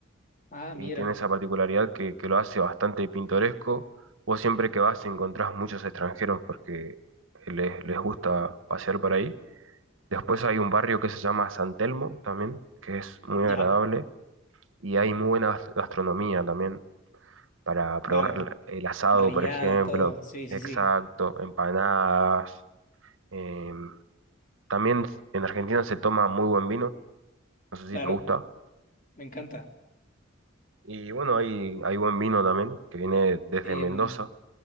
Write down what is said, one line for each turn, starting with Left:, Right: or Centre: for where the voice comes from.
Left: Ah,
Right: y
Left: mira.
Right: tiene esa particularidad que, que lo hace bastante pintoresco. Vos siempre que vas encontrás muchos extranjeros porque les, les gusta pasear por ahí. Después hay un barrio que se llama San Telmo también, que es muy
Left: Ya.
Right: agradable y hay muy buena gas- gastronomía también para probar
Left: Claro.
Right: la- el asado,
Left: Parrillada,
Right: por ejemplo,
Left: todo. Sí, sí,
Right: exacto,
Left: sí.
Right: empanadas. em, también en Argentina se toma muy buen vino, no sé si
Left: Claro.
Right: te gusta.
Left: Me encanta.
Right: Y bueno, hay, hay buen vino también, que viene desde
Left: Em,
Right: Mendoza